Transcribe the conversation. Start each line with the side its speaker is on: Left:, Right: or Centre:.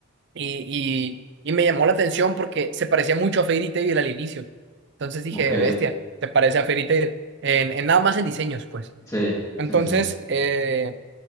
Right: y, y, y me llamó la atención porque se parecía mucho a Fairy Tail al inicio. Entonces dije,
Left: Ok,
Right: bestia, te parece a Fairy Tail en, en nada más en diseños, pues.
Left: sí,
Right: Entonces,
Left: sí, sí. sí.
Right: eh,